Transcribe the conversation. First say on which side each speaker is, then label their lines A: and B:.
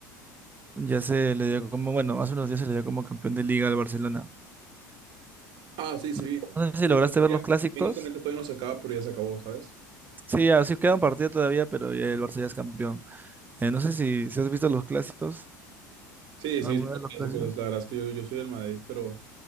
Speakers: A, on the right; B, on the right.
A: ya se le dio como, bueno, hace unos días se le dio como campeón de liga al Barcelona.
B: Ah, sí, sí.
A: No no sé si
B: Sí,
A: lograste
B: pues
A: ver
B: ya,
A: los clásicos.
B: técnicamente todavía no se acaba, pero ya se acabó, ¿sabes?
A: Sí, así queda un partido todavía, pero ya el Barça ya es campeón. Eh, no sé si, si has visto los clásicos,
B: Sí,
A: alguno
B: sí, todos
A: de los
B: los clásicos.
A: clásicos.
B: La verdad es que yo, yo soy del Madrid, pero,